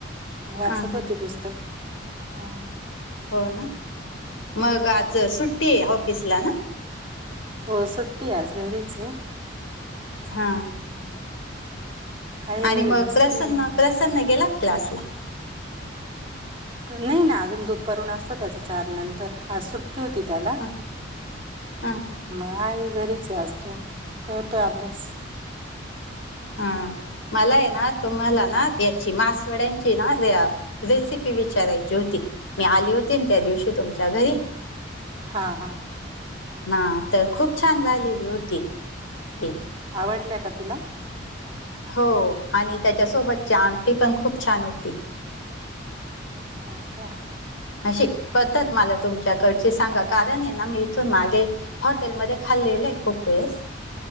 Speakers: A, on the right; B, on the left.
A: वाचत
B: हा हा
A: होते पुस्तक हम्म.
B: हो ना. मग आज सुट्टी आहे ऑफिसला ना,
A: हो सुट्टी आज घरीच आहे.
B: हा
A: <inaudible> आहे
B: आणि
A: घरी
B: मग
A: बसली
B: प्रसन्न,
A: मग
B: प्रसन्न गेला का क्लासला??
A: नाही ना अजून दुपरून असत त्याच चार नंतर आज सु ट्टी होति त्याला.
B: हा हा हा
A: मग आहे घरीच आहे तो करतोय अभ्यास.
B: हा मला आहे ना तुम्हाला ना याची मासवड्यांची ना, रेसिपी विचारायची होती मी आली होती ना त्या दिवशी तुमच्या घरी.
A: हा हा
B: ना तर खूप छान झालेली होती ती,
A: आवडल्या का तुला?
B: हो आणि त्याच्यासोबतची आमटी पण खूप छान होती.
A: हो का
B: अशी पद्धत मला तुमच्याकडची सांगा कारण आहे ना मी इथून मागे, हॉटेलमध्ये खाल्लेल आहे खूप वेळेस.